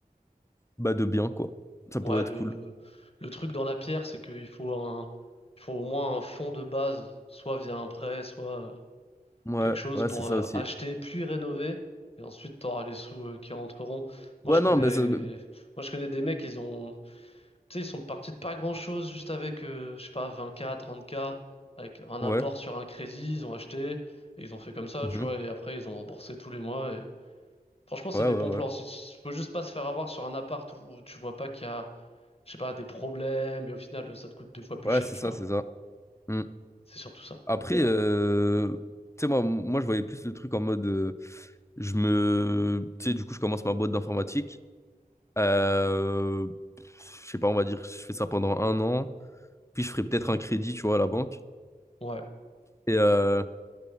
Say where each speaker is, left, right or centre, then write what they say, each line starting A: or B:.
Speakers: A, on the left (about 20°); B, on the left (about 40°).
A: bah, de biens, quoi. Ça
B: Ouais,
A: pourrait
B: le,
A: être cool.
B: le truc dans la pierre, c'est qu'il faut un, il faut au moins un fonds de base, soit via un prêt, soit.
A: Ouais,
B: quelque chose
A: ouais,
B: pour
A: c'est ça
B: euh,
A: aussi.
B: acheter puis rénover. Et ensuite, tu auras les sous euh, qui rentreront. Moi,
A: Ouais,
B: je
A: non,
B: connais,
A: bah, ça- bah,
B: moi, je connais des mecs, ils ont, tu sais, ils sont partis de pas grand-chose juste avec, euh, je sais pas, 20K, 30K, avec un
A: ouais.
B: apport sur un crédit, ils ont acheté, et ils ont fait comme ça,
A: Mhm.
B: tu vois, et après, ils ont remboursé tous les mois. Et... Franchement, c'est
A: Ouais,
B: des
A: ouais,
B: bons plans.
A: ouais.
B: Si- si- Faut juste pas se faire avoir sur un appart où tu vois pas qu'il y a, je sais pas, des problèmes, et au final, ça te coûte deux fois plus
A: Ouais,
B: cher,
A: c'est
B: tu
A: ça,
B: vois.
A: c'est ça. Hmm.
B: C'est surtout ça.
A: Après, euh, tu sais, moi, moi, je voyais plus le truc en mode. euh, je me. Tu sais, du coup, je commence ma boîte d'informatique. Euh, je sais pas, on va dire, je fais ça pendant un an. Puis, je ferai peut-être un crédit, tu vois, à la banque.
B: Ouais,
A: Et euh,